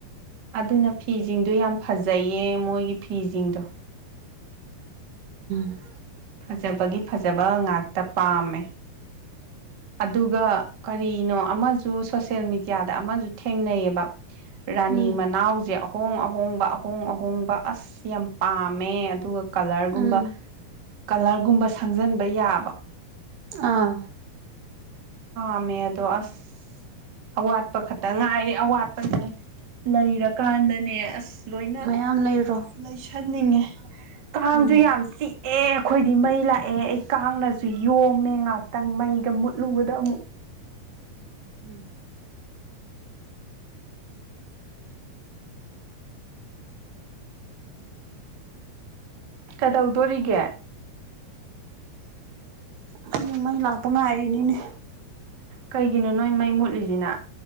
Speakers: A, on the right; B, on the right.
A: ꯑꯗꯨꯅ ꯐꯤꯁꯤꯡꯗꯨꯣ ꯌꯥꯝ ꯐꯖꯩꯌꯦ ꯃꯣꯏꯒꯤ ꯐꯤꯁꯤꯡꯗꯣ
B: ꯎꯝ
A: ꯐꯖꯕꯒꯤ ꯐꯖꯕ ꯉꯥꯛꯇ ꯄꯥꯝꯃꯦ ꯑꯗꯨꯒ ꯀꯔꯤꯅꯣ ꯑꯃꯁꯨ ꯁꯣꯁꯦꯜ ꯃꯦꯗꯤꯌꯥꯗ ꯑꯃꯁꯨ ꯊꯦꯡꯅꯩꯑꯌꯦꯕ ꯔꯥꯅꯤ
B: ꯎꯝ
A: ꯃꯅꯥꯎꯁꯦ ꯑꯍꯣꯡ ꯑꯍꯣꯡꯕ ꯑꯍꯣꯡ ꯑꯍꯣꯡꯕ ꯑꯁ ꯌꯥꯝ ꯄꯥꯝꯃꯦ ꯑꯗꯨꯒ ꯀꯂꯔꯒꯨꯝꯕ
B: ꯎꯝ
A: ꯀꯂꯔꯒꯨꯝꯕ ꯁꯪꯖꯟꯕ ꯌꯥꯕ꯫
B: ꯑꯥ꯫
A: ꯑꯃꯦꯗꯣ ꯑꯁ꯫ ꯑꯋꯥꯠꯄ ꯈꯛꯇ ꯉꯥꯏꯔꯤ ꯑꯋꯥꯠꯄꯁꯦ ꯂꯩꯔꯀꯥꯟꯗꯅꯦ ꯑꯁ ꯂꯣꯏꯅ
B: ꯃꯌꯥꯝ ꯂꯩꯔꯣ
A: ꯂꯩꯁꯟꯅꯤꯡꯉꯦ ꯀꯥꯡꯗꯨ
B: ꯎꯝ
A: ꯌꯥꯝ ꯆꯤꯛ ꯑꯦ ꯑꯩꯈꯣꯏꯗꯤ ꯃꯩ ꯂꯥꯛꯑꯦ ꯑꯩ ꯀꯥꯡꯅꯁꯨ ꯌꯣꯝꯃꯦ ꯉꯥꯏꯍꯥꯛꯇꯪ ꯃꯩꯒ ꯃꯨꯠꯂꯨꯕꯗ ꯇꯃꯨ
B: ꯎꯝ
A: ꯀꯗꯧꯗꯣꯔꯤꯒꯦ
B: ꯍꯡ ꯃꯩ ꯂꯥꯛꯄ ꯉꯥꯏꯔꯤꯅꯤꯅꯦ
A: ꯀꯩꯒꯤꯅꯣ ꯅꯣꯏ ꯃꯩ ꯃꯨꯠꯂꯤꯁꯤꯅ